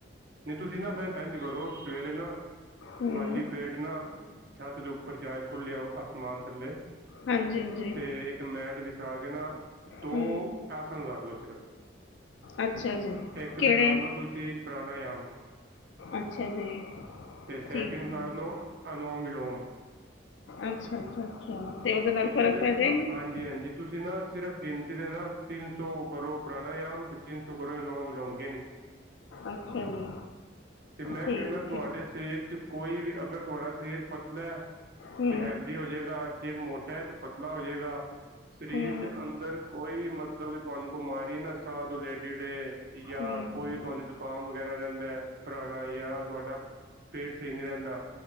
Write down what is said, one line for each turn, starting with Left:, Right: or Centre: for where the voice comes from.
Right: ਨੀ ਤੁਸੀਂ ਨਾ ਫੇਰ ਐੰਜ ਕਰੋ, ਸਵੇਰੇ ਨਾ
Left: ਹੂੰ
Right: ਖਾਲੀ ਪੇਟ ਨਾ, ਛੱਤ ਦੇ ਉੱਪਰ ਜਾਏ, ਖੁੱਲੇ ਅਸਮਾਨ ਥੱਲੇ।
Left: ਹਾਂਜੀ ਹਾਂਜੀ
Right: 'ਤੇ ਇੱਕ ਮੈਟ ਵਿਛਾ ਕੇ ਨਾ, ਦੋ
Left: ਹੂੰ
Right: ਆਸਨ ਕਰਲੋ, ਸਿਰਫ।
Left: ਅੱਛਾ ਜੀ।
Right: ਇੱਕ
Left: ਕਿਹੜੇ
Right: ਤਾਂ ਕਰਲਓ ਤੁਸੀਂ, ਪਰਾਨਾਯਾਮ।
Left: ਅੱਛਾ ਜੀ।
Right: 'ਤੇ ਸੈਕਿੰਡ
Left: ਠੀਕ
Right: ਕਰਲੋ,
Left: ਹੈ
Right: ਅਨੋਮ-ਵਿਲੋਮ।
Left: ਅੱਛਾ ਅੱਛਾ ਅੱਛਾ ਉਹਦੇ ਨਾਲ
Right: 'ਤੇ
Left: ਫ਼ਰਕ
Right: ਏਦੇ
Left: ਪੈ ਜਾਏਗਾ
Right: ਹਾਂਜੀ-ਹਾਂਜੀ, ਤੁਸੀਂ ਨਾ ਸਿਰਫ ਗਿਨਤੀ ਦੇ ਨਾ ਤਿੰਨ ਸੌ ਕਰੋ ਪ੍ਰਾਣਯਮ, ਤੇ ਤਿੰਨ ਸੌ ਕਰੋ ਇਨੋਮ-ਵਿਲੋਮ, ਗਿਆ
Left: ਅੱਛਾ ਜੀ।
Right: 'ਤੇ ਮੈਂ
Left: ਠੀਕ
Right: ਕੈੰਨਾ, ਤੁਹਾਡੇ
Left: ਹੈ
Right: ਸਰੀਰ 'ਚ ਕੋਈ ਵੀ ਅਗਰ ਤੁਹਾਡਾ ਸਰੀਰ ਪਤਲੈ
Left: ਹੂੰ
Right: 'ਤੇ ਹੈਲਦੀ ਹੋ ਜੇਗਾ। ਜੇ ਮੋਟਾ ਏ ਤੇ ਪਤਲਾ ਹੋ ਜੇਗਾ, ਸਰੀਰ
Left: ਹੂੰ
Right: ਦੇ ਅੰਦਰ ਕੋਈ ਵੀ ਮਤਲਬ, ਤੁਹਾਨੂੰ ਬਿਮਾਰੀ ਏ ਨਾ, ਸਾਹ ਤੋਂ ਲੈ ਕੇ 'ਤੇ ਯਾ
Left: ਹੂੰ ਹੂੰ
Right: ਕੋਈ ਤੁਹਾਨੂੰ ਜ਼ੁਕਾਮ ਵਗੈਰਾ ਰੈਂਦਾ, ਪੁਰਾਣਾ ਯਾ ਤੁਹਾਡਾ ਪੇਟ ਸਹੀ ਨੀ ਰੈਂਦਾ।